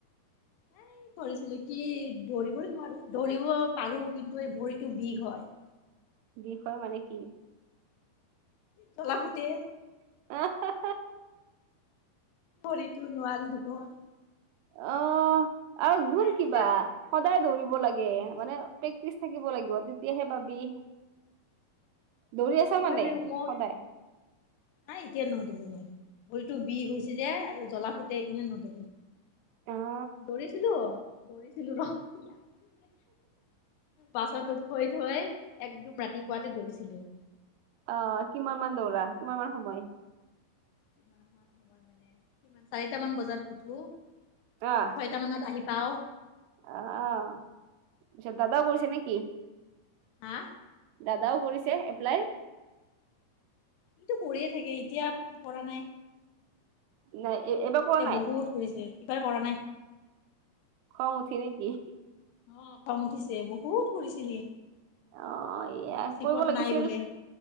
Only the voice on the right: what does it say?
বিষ হয় মানে কি?
<unintelligible>
অহ আৰু গুম
কিবা সদায় দৌৰিব লাগে, মানে প্ৰেক্টিচ থাকিব লাগিব তেতিয়াহে পাবি। দৌৰি আছা
মানে সদায়?
অ'।
আ কিমান মান দৌৰা, কিমান মান সময়?
আহ
আহ পিছত দাদাও কৈছে নেকি?
দাদাও কৰিছে এপ্লাই?
নাই এ এবাৰ
কৰা নাই?
খং উঠী নেকি?
অ' এয়া
কৰিব লাগিছিল